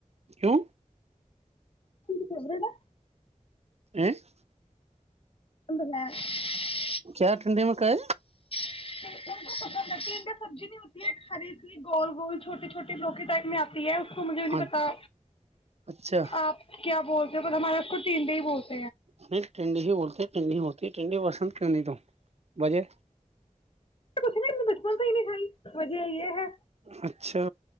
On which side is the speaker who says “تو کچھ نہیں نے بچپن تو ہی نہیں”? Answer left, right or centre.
Left